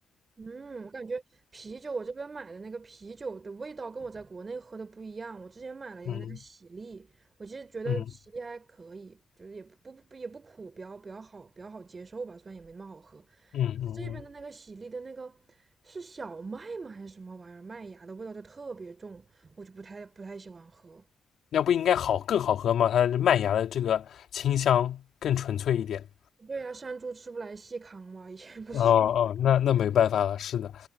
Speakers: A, on the right; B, on the left.
A: 嗯，我感觉啤酒，我这边买的那个啤酒的味道跟我在国内喝的不一样。我之前买了一个那个喜力，
B: 嗯
A: 我其实觉得喜力还可以，
B: 嗯
A: 就是也不不也不苦，比较比较好比较好接受吧，虽然也没那么好喝。
B: 嗯嗯嗯，
A: 但是这边的那个喜力的那个是小麦吗还是什么玩意儿？麦芽的味道就特别重，我就不太不太喜欢喝。
B: 那不应该好更好喝吗？它的麦芽的这个清香更纯粹一点。
A: 对呀、山猪吃不来细糠嘛，以前不是。
B: 哦哦，
A: <laughs>
B: 那那没办法了，是的，